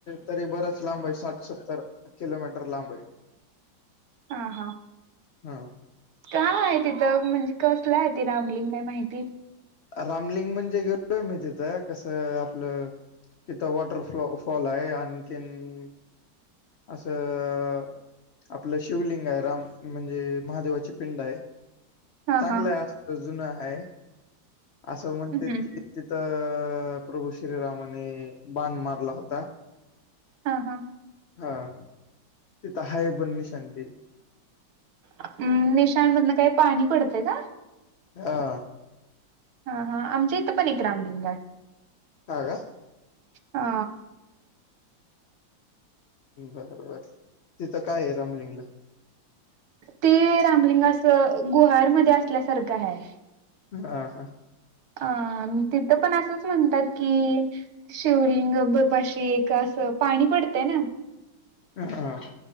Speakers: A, on the left; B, on the right.
A: तरी बराच लांब आहे, साठ सत्तर किलोमीटर लांब आहे.
B: हा हा..
A: हा..
B: काय आहे तिथं, म्हणजे कसलं आहे त रामलिंग का माहिती?
A: रामलिंग म्हणजे गेलोय मी तिथं, कसं आपलं तिथं वॉटर फलो फॉल आहे, आणखीन असं आपलं शिवलिंग आहे राम, म्हणजे महादेवाची पिंड आहे.
B: हा
A: चांगलं
B: हा
A: आहे अस जुन आहे, असं म्हणतात
B: हम्म
A: कि.. अ प्रभू श्रीरामाने बाण मारला होता.
B: हा हा,
A: हा तिथ हाय पण निशान ते.
B: अम्, निशाणमधन काही पाणी पडतय का?
A: हा.
B: हा हा, आमच्या हित पण एक रामलिंग आहे.
A: हा का?
B: हा...
A: बर बर, तिथं काय आहे रमलिंगला?
B: ते रामलिंग अस गुहारमध्ये असल्यासारखं आहे.
A: हा हा.....
B: अ तिथं पण असंच म्हणतात की, शिवलिंगभपाशी एक अस, पाणी पडतंय ना.
A: ह ह,